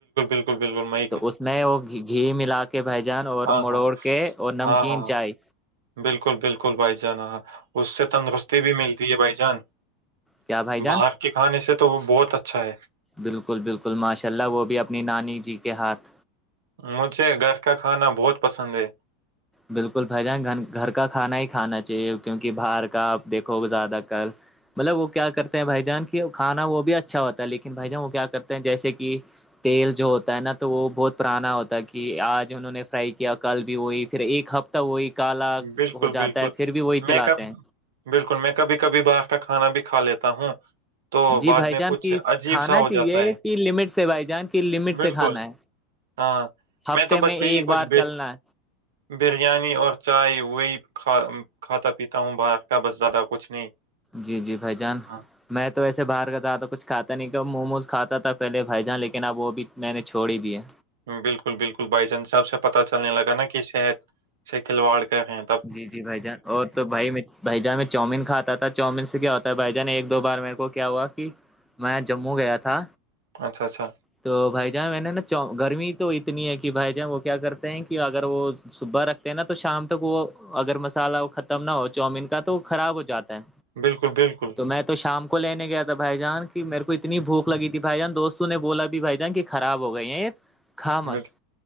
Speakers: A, on the right (about 80°); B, in the centre.
A: بالل بالکل میں
B: تو اس میں وہ گھی ملا کے بھجان اور
A: ہاں
B: مڑوڑ
A: ہاں
B: کے اور نمکین
A: ہاں ہاں
B: چائے
A: بالکل بالکل بھائی جان ہاں اس سے تندرستی بھی ملتی ہے بھائی جان
B: کیا بھائی جان
A: باہر کے کھانے سے تو وہ بہت اچھا ہے
B: بالکل بالکل ماشاء اللہ وہ بھی اپنی نانی جی کے ہاتھ
A: مجھے گائے کا کھانا بہت پسند ہے
B: بالکل بھائی جان گھر کا کھانا ہی کھانا چاہیے کیونکہ باہر کا آپ دیکھو زیادہ مطلب وہ کیا کرتے ہیں بھائی جان کے کھانا وہ بھی اچھا ہوتا ہے لیکن بھائی جان وہ کیا کرتے ہیں جیسے کہ تیل جو ہوتا ہے نا تو وہ بہت پرانا ہوتا ہے کہ آج انہوں نے فرائی کیا کل بھی وہی پھر ایک ہفتہ وہی کالا
A: بالکل
B: ہو جاتا
A: بالکل
B: ہے پھر بھی وہی
A: میں
B: چلاتے
A: کب
B: ہیں
A: بالکل میں کبھی کبھی باہر کا کھانا بھی کھا لیتا ہوں تو
B: جی
A: بعد
B: بھائی
A: میں
B: جان
A: کچھ
B: کی
A: عجیب
B: کھانا
A: سا ہو
B: چاہیے
A: جاتا ہے
B: کہ لمٹ سے بھائی جان کی لمٹ
A: بالکل
B: سے کھانا ہے
A: ہاں
B: ہفتے
A: میں تو بس یہی
B: ایک
A: کچھ
B: بار
A: بھی
B: چلنا ہے
A: بریانی اور چائے وہی کھاتا پیتا ہوں باقہ بس زیادہ کچھ نہیں
B: جی جی بھائی جان
A: ہاں
B: میں تو ایسے باہر کا زیادہ کچھ کھاتا نہیں کہ موموز کھاتا تھا پہلے بائی جان لیکن اب وہ بھی میں نے چھوڑی بھی ہے
A: بالکل بالکل بھائی چانس صحب سے پت چلنے لگا نا کہ صحت سے کھلواڑ کا ہے
B: جی جی بھائی جان اور تو بھائی بھ جان میں چؤمین کھاتا تھا چاؤمین سے کیا ہوتا ہے بھائی جان ایک دو بار میرے کو کیا ہوا کہ میں جموں گیا تھا
A: اچھا اچھا
B: تو بھائی جہان میں نے نا گرمی تو اتنی ہے کہ بھائی جہان وہ کیا کرتے ہیں کہ اگر وہ صبح رکھتے ہیں نا تو شام تک وہ اگر مسالہ ختم نہ ہو چاؤمین کا تو وہ خراب ہو جاتا ہے
A: بالکل بالکل
B: تو میں تو شام کو لینے گیا تھا بھائی جان کہ میرے کو اتنی بھوک لگ تھی بھائی جان دوستوں نے بولا بھائی جان کی خراب ہو گئی ہیں ایک ک مت
A: بال-